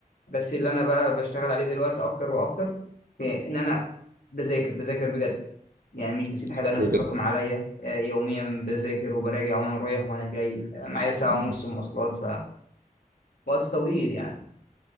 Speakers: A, on the left (about 80°); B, on the right (about 80°).
A: بس اللي أنا بقى بشتغل عليه دلوقتي أكتر وأكتر في إن أنا بذاكر بذاكر بجد يعني مش بسيب حاجة
B: حلو
A: أنا تتراكم
B: جدا
A: عليا آه، يوميا بذاكر وبراجع وأنا رايح وأنا جاي آه، معايا ساعة
B: مم.
A: ونص مواصلات فوقت طويل يعني